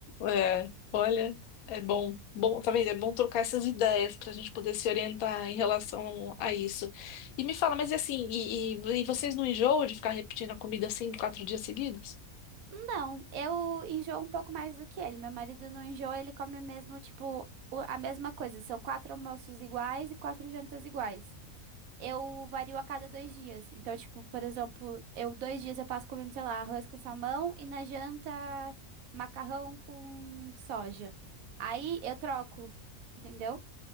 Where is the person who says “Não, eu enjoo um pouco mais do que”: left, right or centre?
Right